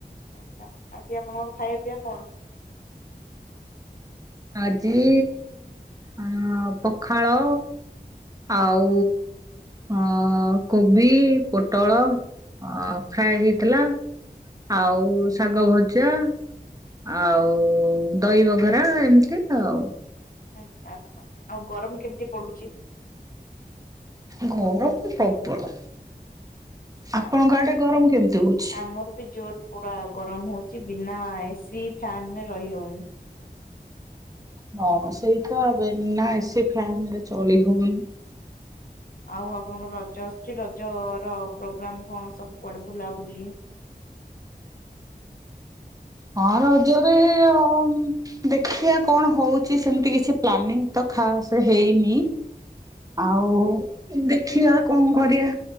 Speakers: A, on the left; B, on the right.
A: ଆଛା ଆଜି ଆପଣଙ୍କର ଖାଇବା ପିଇବା କଣ?
B: ଆଜି ଅ ପଖାଳ ଆଉ ଅ କୋବି ପୋଟଳ ଅ ଆଉ ଫ୍ରାଏ ହେଇଥିଲା ଆଉ ଶାଗ ଭଜା ଆଉ ଦହିବଘରା ଏମିତି ତ ଆଉ।
A: ଆଚ୍ଛା ଆଚ୍ଛା ଆଉ ଗରମ କେମିତି ପଡୁଚି।
B: ଗରମ ତ ପ୍ରବଳ ଆପଣଙ୍କ
A: ଆ
B: ଆଡ଼େ ଗରମ କେମିତି ହଉଛି।
A: ଆମର ବି ଜୋର। ପୁରା ଗରମ ହଉଛି ବିନା ଏସି ଫ୍ୟାନରେ ରହିହଉନି।
B: ହଁ ସେଇ ତ ଆବେ ନା ଏସି ଫ୍ୟାନ୍ ରେ ଚଳି ହଉନି।
A: ଆଉ ଆପଣଙ୍କର ରଜ ଆସୁଛି ରଜ ର ପ୍ରୋଗ୍ରାମ କଣ ସବୁ କୁଆଡ଼େ ବୁଲାବୁଲି?
B: ହଁ ରଜରେ ଏ ଆଉ। ଦେଖିଆ କଣ ହଉଛି ସେମିତି କିଛି ପ୍ଲାନିଂ ତ ଖାଶ୍ ହେଇନି। ଆଉ ଦେଖିବା କଣ କରିବା।